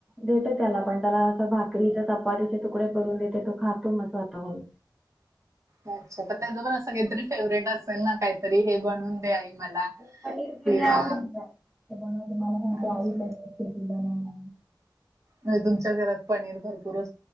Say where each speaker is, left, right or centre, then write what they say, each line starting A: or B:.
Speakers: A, in the centre; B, on the right (about 40°).
A: देते त्याला पण त्याला असं भाकरीचे, चपातीचे, तुकडे करून देते. तो खातो म स्वतःहून
B: अच्छा तर त्याच पण असं काहीतरी फेवरेट असेल, ना काहीतरी हे बनून दे आई मला.
A: <inaudible>
B: किंवा अच्छा नाही तुमच्या घरात पनीर भरपूर